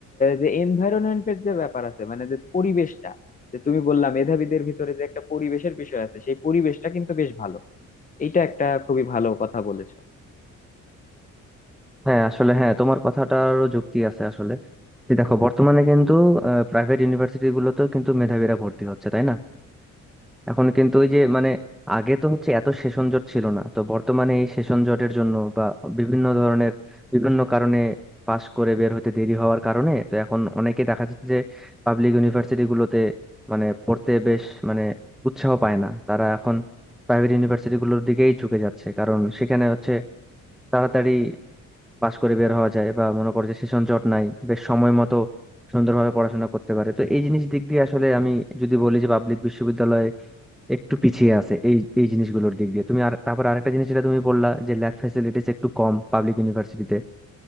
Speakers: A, on the left (about 25°); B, in the centre.
A: যে এনভায়রনমেন্টের যে ব্যাপার আছে মানে যে পরিবেশটা যে তুমি বললা মেধাবীদের ভিতরে যে একটা পরিবেশের বিষয় আছে সেই পরিবেশটা কিন্তু বেশ ভালো এটা একটা খুবই ভালো কথা বলেছো
B: হ্যাঁ আসলে হ্যাঁ তোমার কথাটারও যুক্তি আছে আসলে যে দেখো বর্তমানে কিন্তু প্রাইভেট ইউনিভার্সিটি গুলোতেও কিন্তু মেধাবীরা ভর্তি হচ্ছে তাই না এখন কিন্তু ওই যে মানে আগে তো হচ্ছে এত সেশন জট ছিল না তো বর্তমানে এই সেশন জটের জন্য বা বিভিন্ন ধরনের বিভিন্ন কারণে পাশ করে বের হতে দেরি হওয়ার কারণে তো এখন অনেকে দেখা যাচ্ছে যে পাবলিক ইউনিভার্সিটি গুলোতে মানে পড়তে বেশ মানে উৎসাহ পায় না তারা এখন প্রাইভেট ইউনিভার্সিটি গুলোর দিকেই ঝুঁকে যাচ্ছে কারণ সেখানে হচ্ছে তাড়াতাড়ি পাশ করে বের হওয়া যায় বা মনে করে যে সেশন জট নাই বেশ সময় মতো সুন্দরভাবে পড়াশোনা করতে পারে তো এই জিনিস দিক দিয়ে আসলে আমি যদি বলি যে পাবলিক বিশ্ববিদ্যালয়ে একটু পিছিয়ে আছে এই এই জিনিসগুলোর দিক দিয়ে তুমি আর তারপর আরেকটা জিনিস যেটা তুমি বললা যে ল্যাব ফ্যাসিলিটিস একটু কম পাবলিক ইউনিভার্সিটিতে